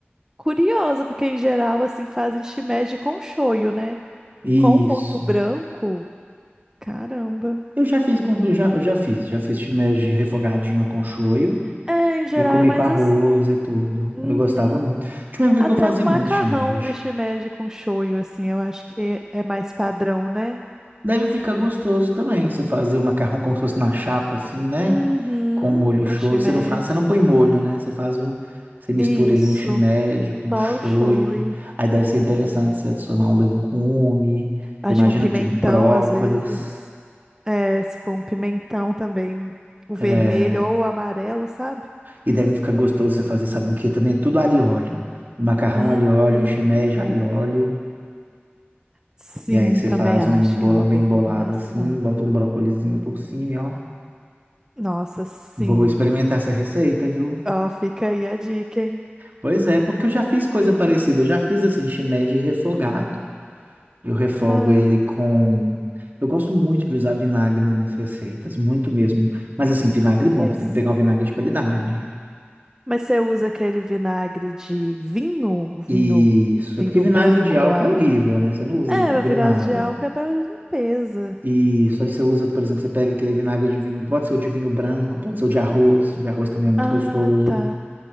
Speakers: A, on the right (about 15°); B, on the right (about 50°).
A: Curiosa, porque em geral, assim, fazem shimeji com shoyu, né?
B: Isso.
A: Com um molho branco. Caramba.
B: Eu já fiz com, eu já, eu já fiz, já fiz filé
A: Hum.
B: de refogadinho com shoyu
A: É, em geral
B: e comi
A: é mais
B: com arroz
A: assim.
B: e tudo.
A: Uhum.
B: Eu gostava muito. Tinha uma época
A: Até
B: que eu fazia
A: um macarrão
B: muito shimeji.
A: de shimeji com shoyu, assim, eu acho que é mais padrão, né?
B: Deve ficar gostoso também, você fazer o macarrão como se fosse na chapa assim, né?
A: Uhum.
B: Com o molho
A: Com
B: shoyu,
A: shimeji.
B: você não faz, você não põe molho, né? Você faz o você mistura
A: Isso.
B: ele no shimeji com
A: Só
B: shoyu.
A: o shoyu.
B: Aí deve ser interessante você adicionar um legume.
A: Acho
B: Eu imagino
A: que um pimentão,
B: que brócolis,
A: às vezes. É, se pôr um pimentão também, o vermelho
B: é,
A: ou o amarelo, sabe?
B: E deve ficar gostoso você fazer, sabe o que também? Tudo alho e óleo. macarrão
A: Uhum.
B: alho e óleo, shimeji alho e óleo.
A: Sim,
B: E aí você
A: também
B: faz
A: acho
B: um bolão
A: que é uma
B: bem
A: boa
B: bolado
A: combinação.
B: assim, bota um brócolizinho por cima, e ó.
A: Nossa, sim.
B: Vou experimentar essa receita, viu?
A: Ó, fica aí a dica, hein?
B: Pois é, porque eu já fiz coisa parecida.
A: Uhum.
B: Eu já fiz assim, shimeji refogado. Eu refogo
A: Ah,
B: ele com... Eu gosto muito de usar vinagre nas minhas receitas, muito mesmo. Mas assim, vinagre bom,
A: mas,
B: você tem que pegar um vinagre de qualidade.
A: mas você usa aquele vinagre de vinho, vinho,
B: Isso, é
A: vinho
B: porque vinagre
A: branco,
B: de álcool
A: eu acho.
B: é horrível, né? Você não usa
A: É,
B: ele para
A: a
B: culinária.
A: virada de álcool é para limpeza.
B: Isso, aí você usa, por exemplo, você pega aquele vinagre de vinho, pode ser o de vinho branco, pode ser o de arroz, o de arroz também é muito
A: Ah,
B: gostoso.
A: tá.